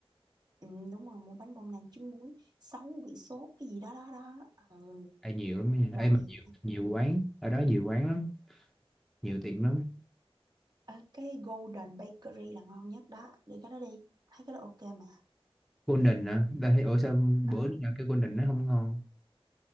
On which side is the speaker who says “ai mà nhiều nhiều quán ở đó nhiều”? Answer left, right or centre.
Centre